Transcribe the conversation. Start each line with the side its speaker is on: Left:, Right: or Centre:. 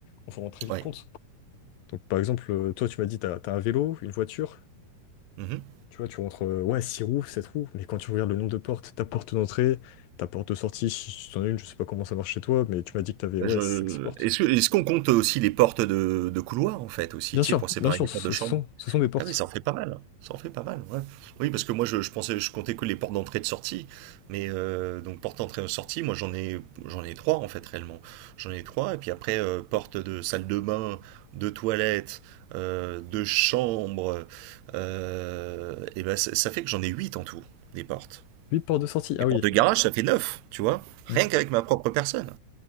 Left: Enfin, On s'en rend très vite
Right: Ouais.
Left: compte. Donc, par exemple, euh, toi, tu m'as dit, t'as, t'as un vélo, une voiture.
Right: Mhm.
Left: Tu vois, tu rentres, euh, ouais, 6 roues, 7 roues, mais quand tu regardes le nombre de portes, ta porte d'entrée, ta porte de sortie, si tu en as une, je sais pas comment ça marche chez toi, mais tu m'as dit que t'avais,
Right: Je...
Left: ouais, 5-6 portes.
Right: Est-ce que- est-ce qu'on compte aussi les portes de, de couloir en fait aussi,
Left: Bien
Right: tu
Left: sûr,
Right: sais, pour séparer
Left: bien sûr,
Right: les
Left: ce
Right: portes de chambre?
Left: ce sont, ce sont des portes.
Right: Ah oui, ça en fait pas mal. hein. Ça en fait pas mal, ouais. Oui, parce que moi je, je pensais, je comptais que les portes d'entrée et de sortie, mais euh, donc porte d'entrée et sortie, moi j'en ai, j'en ai trois en fait réellement. J'en ai trois et puis après euh, porte de salle de bain, de toilette, euh, de chambre, euh, et ben ça, ça fait que j'en ai huit en tout des portes.
Left: 8 portes de sortie, ah
Right: Les
Left: oui.
Right: portes de garage, ça fait neuf, tu vois, rien
Left: Mm.
Right: qu'avec ma propre personne.